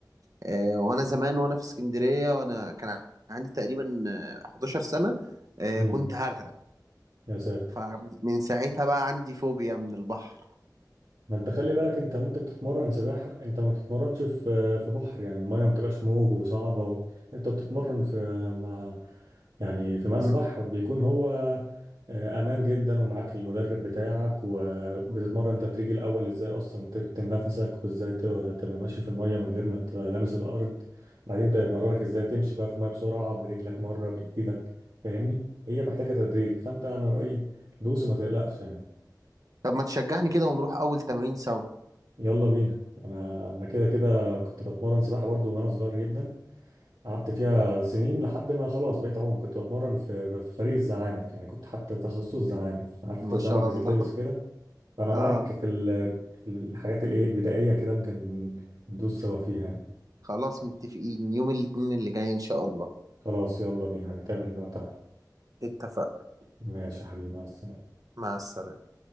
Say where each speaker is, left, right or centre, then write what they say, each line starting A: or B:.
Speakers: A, on the right (about 55°); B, on the right (about 85°).
A: آه، وانا زمان وانا في اسكندريه وانا كان عندي تقريبا آه، 11 سنه آه،
B: امم
A: كنت هغرق
B: يا ساتر
A: فمن ساعتها بقى عندي فوبيا من البحر
B: ما انت خلي بالك انت وانت بتتمرن سباحة انت ما بتتمرنش في في بحر يعني المية ما بتبقاش موج وصعبة و... انت بتتمرن في مع يعني في مسبح
A: مم.
B: بيكون هو آه، امان جدا ومعاك المدرب بتاعك وبتتمرن تدريجي الاول ازاي اصلا تكتم نفسك وازاي ت- تبقى ماشي في الميه من غير ما تبقى لامس الارض بعدين ده يمرنك ازاي تمشي بقى في الميه بسرعه برجلك مره بايدك فاهمني هي محتاجه تدريج فانت انا رايي دوس وما تقلقش يعني
A: طب ما تشجعني كده ونروح اول تمرين سوا
B: يلا بينا انا انا كده كده كنت بتمرن سباحه برضو وانا صغير جدا قعدت فيها سنين لحد ما خلاص بقيت عوم كنت بتمرن في في فريق الزعانف يعني كنت حتى تخصص زعانف عارف
A: ما
B: انت الزعانف
A: شاء
B: بتتلبس
A: الله
B: كده فانا
A: <laughs>
B: معاك
A: اه
B: في ال- في الحاجات الايه البدائيه كده ممكن ندوس سوا فيها يعني.
A: خلاص متفقين يوم الاثنين اللي جاي إن شاء الله
B: خلاص يلا بينا هنتقابل وقتها
A: اتفقنا
B: ماشي يا حبيبي مع السلامه
A: مع السلامة